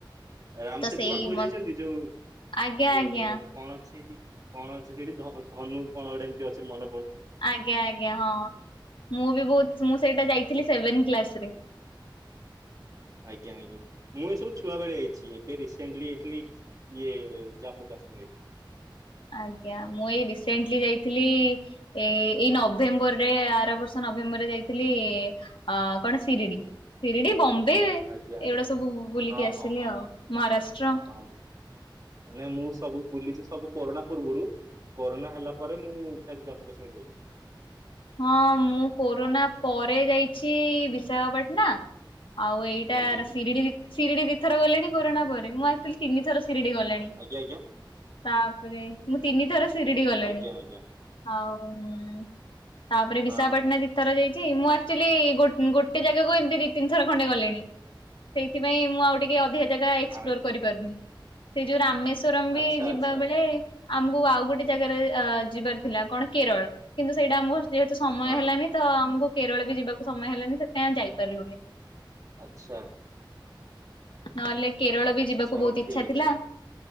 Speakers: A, on the right (about 45°); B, on the left (about 80°).
A: ରାମସେତୁ
B: ତ ସେଇ
A: ପାଖକୁ
B: ମ
A: ଯାଇଛନ୍ତି? ଯୋଉ
B: ଆଜ୍ଞା ଆଜ୍ଞା
A: କଣ ଅଛି ଏଠି କଣ ଅଛି ସେଠି ଧନୁ କଣ ଗୋଟେ? ଏମିତି ଅଛି ମନ
B: ଆଜ୍ଞା, ଆଜ୍ଞା, ହଁ ମୁଁ ବି ବହୁତ ମୁଁ ସେଇଟା ଯାଇ ସେଭେନ କ୍ଲାସ ରେ
A: ଆଜ୍ଞା, ଆଜ୍ଞା, ମୁଁ ଏ ସବୁ ଛୁଆ ବେଳେ ଯାଇଛି, ଏବେ ରିସେଣ୍ଟଲି ଯାଇଥିଲି ଇଏ ଜାମ୍ମୁ <unintelligible>
B: <inaudible> ଆଜ୍ଞା, ମୁଁ ଏଇ ରିସେଣ୍ଟଲି ଯାଇଥିଲି ଏ ଏଇ ନଭେମ୍ବରରେ ଆର ବର୍ଷ ନଭେମ୍ବରରେ ଯାଇଥିଲି ଅ କଣ ଶିରିଡ଼ି, ଶିରିଡ଼ି, ବମ୍ ଏଇଗୁଡା
A: ଆଜ୍ଞା ଆଜ୍ଞା
B: ସବୁ ବୁଲିକି
A: ହଁ
B: ଆସିଲି
A: ହଁ ହଁ
B: ଆଉ ମହାରାଷ୍ଟ୍ର।
A: ହଁ ହଁ। ମାନେ ମୁଁ ସବୁ ବୁଲିଛି ସବୁ କରୋନା ପୂର୍ବରୁ। କରୋନା ହେଲା ପରେ ମୁଁ ଜାମୁ କାଶ୍ମୀର ଯାଇଛି।
B: ହଁ ମୁଁ କୋରୋନା ପରେ ଯାଇଛି, ବିଶାଖାପାଟନା। ଆଉ ଏଇଟା
A: ଆଜ୍ଞା
B: ଶିରିଡ଼ି, ଶିରିଡ଼ି ଦିଥର ଗଲେଣି କରୋନା ପରେ, ମୁଁ ଆକଚୁଆଲି ତିନିଥର- ସିରିଡି ଗଲାଣି।
A: ଆଜ୍ଞା
B: ତାପରେ, ମୁଁ ତିନିଥର ସିରିଡି ଗଲିଣି
A: ଆଜ୍ଞା ଆଜ୍ଞା ଆଜ୍ଞା
B: ଆଉ ହୁଁ ତାପରେ ବିଶାଖାପାଟଣା
A: ହଁ ହଁ
B: ଦିଥର ଯାଇଛି। ମୁଁ ଆକଚୁଆଲି ଗୋ ଗୋଟେ ଜାଗାକୁ ଏମିତି ଦି ତିନି ଥର ଖଣ୍ଡେ ଗଲିଣି। ସେଇଥିପାଇଁ ମୁଁ ଆଉ ଟିକେ ଅଧି- ଜାଗା ଏକ୍ସପ୍ଲୋର
A: ଆଜ୍ଞା।
B: କରିପାରୁନି, ସେ ଯୋଉ ରାମେଶ୍ଵରମ ବି
A: ଆଚ୍ଛା
B: ଯିବା
A: ଆଚ୍ଛା
B: ବେଳେ- ଆମକୁ ଆଉ ଗୋଟେ ଜାଗାରେ ଅ ଯିବାର ଥିଲା କଣ କେରଳ କିନ୍ତୁ ସେଇଟା ଆମକୁ ଯେହେତୁ ସମୟ
A: ହଁ
B: ହେଲାନି ତ ଆମକୁ କେରଳ ବି ଯିବାକୁ ସମୟ ହେଲାନି, ସେଥିପାଇଁ ଆମେ ଯାଇପାରିଲୁନି।
A: ଆଚ୍ଛା।
B: ନହେଲେ କେରଳ ବି ଯିବାକୁ
A: ଆଚ୍ଛା
B: ବହୁତ
A: ହଉ
B: ଇଚ୍ଛା
A: ଠିକ
B: ଥିଲା,
A: ଅଛି